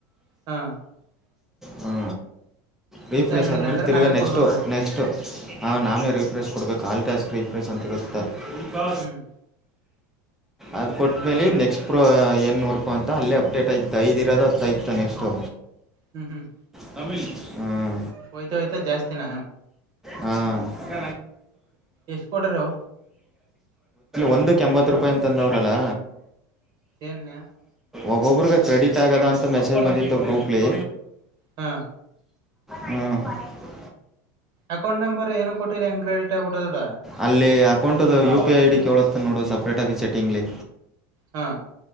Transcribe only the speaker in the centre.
ಹಾ ರೀಫ್ರೆಷ್
ಆದ್ಮೇಲೆ
ತಿರುಗಾ
ನೆಕ್ಸ್ಟು
ನೆಕ್ಸ್ಟ ಆ ನಮೇ ರೀಫ್ರೇಸ್ ಕೊಡ್ಬೇಕು ಹಾಲ್ಟ್ಯಾಸ್ಗೆ ರೀಫ್್ರೇಸ್ ಅಂತಿರುತ್ತೆ ಹ
ಅದು ಕೊಟ್ಟ್ಮೇಲೆ ನೆಕ್ಸ್ಟ್ ಪ್ರೋ ಏನು ವರ್ಕು ಅಂತ ಅಲ್ಲೇ ಅಪ್ಡೇಟ್ ಆಯತ ಐದುಿರೋದು ಹತ್ತ ಇತ ನೆಕ್ಸ್ಟು
ತಮಿಳ್ ಹ್ಮ
ಹ
ಒಂದ ಎಂಬತ್ತು ರೂಪಾಯಿ ಅಂತಂದವ್ರಲ್ಲ
ಒಬ್ಬೊಬ್ಬ್ರಿಗೆ ಕ್ರೆಡಿಟ್ ಆಗದಾ ಅಂತ ಮೆಸೇಜ್ ಬಂದಿತ್ತು ಗ್ರೂಪ್ಲಿ
ಹ್ಮ್ <unintelligible>
ಅಲ್ಲಿ ಅಕೌಂಟ್ದ ಯು ಪಿ ಐ ಡಿ ಕೇಳುತ್ತೆ ನೋಡು ಸಪ್ರೇಟಾಗಿ ಸೆಟ್ಟಿಂಗ್ಲಿ